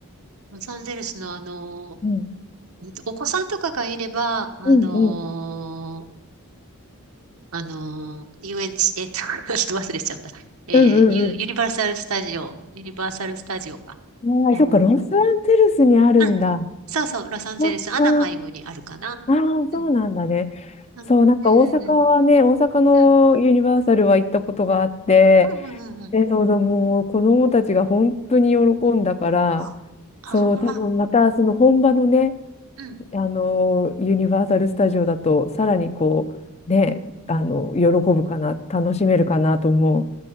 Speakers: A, on the right (about 65°); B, on the left (about 30°).
A: ロサンゼルスのあの、
B: うん、
A: えっとお子さんとかがいれば、あのー
B: うん、うん、
A: あのー遊園地、えっと、<laughs> ちょっと忘れちゃった。えーユ、
B: うん、うん
A: ユニバーサルスタジオ、ユニバーサルスタジオか。
B: うん。はい、
A: えーう
B: そっか、ロサンゼルスにあるんだ。
A: ん。そうそう、ロサンゼルス、
B: そっか。
A: アナハイムにあるかな。
B: ああ、そうなんだね。
A: うん。うん、
B: そう、なんか大阪はね、
A: うん、うん、うん。
B: 大阪のユニバーサルは行ったことがあって、
A: うん、うん、うん、うん。うん
B: で、そうだ、もう子供たちが本当に喜んだから、
A: ああー、
B: そう、多分またその本場のね、
A: うん。
B: あの、ユニバーサル・スタジオだと、さらにこう、ね、あの、喜ぶかな、楽しめるかなと思う。